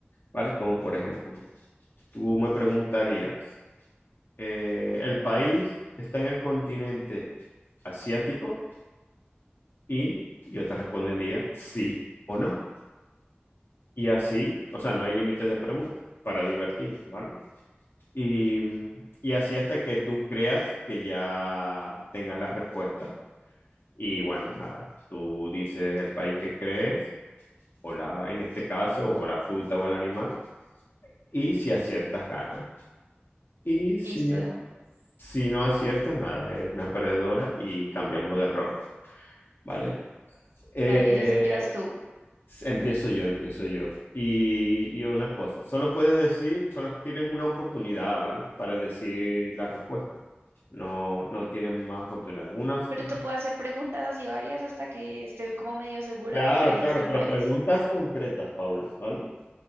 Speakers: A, on the left; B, on the right.
A: ¿vale? Como por ejemplo, tú me preguntarías, eh, ¿el país está en el continente asiático? Y yo te respondería sí o no. Y así, o sea, no hay límites de preguntas para divertirnos, ¿vale? Y, y así hasta que tú creas que ya tengas la respuesta. Y bueno, nada, tú dices el país que crees, o la, en este caso, o la fruta o el animal, Y si aciertas, ganas. Y
B: listo,
A: si,
B: de una.
A: si no aciertas, nada, eres una perdedora y cambiamos de rol, ¿vale? Eh,
B: Dale, entonces empiezas tú.
A: empiezo yo, empiezo yo. Y, y una cosa, solo puedes decir, solo tienes una oportunidad, ¿vale? Para decir la respuesta. No, no tienes más oportunidades. Unas,
B: Pero
A: unas-
B: te puedo hacer preguntas así varias hasta que esté como medio segura
A: claro,
B: de que ese
A: claro,
B: es el
A: pero
B: país.
A: preguntas concretas, Paula, ¿vale?